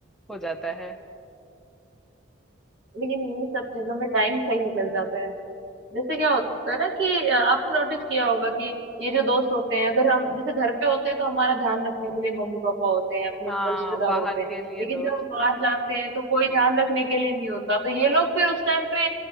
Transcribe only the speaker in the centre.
हो जाता है
हाँ
बाहर
के लिए
दोस्त
हम्म,